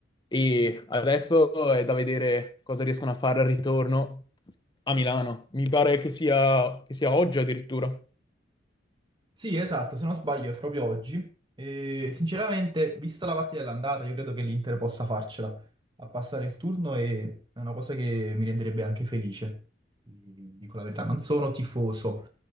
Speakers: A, on the left; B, on the right.
A: e adesso è da vedere cosa riescono a fare al ritorno a Milano. Mi pare che sia, che sia oggi addirittura.
B: Sì, esatto, se non sbaglio è proprio oggi. E, sinceramente, vista la partita dell'andata, io credo che l'Inter possa farcela a passare il turno e è una cosa che mi renderebbe anche felice, ti dico la verità. Non sono tifoso,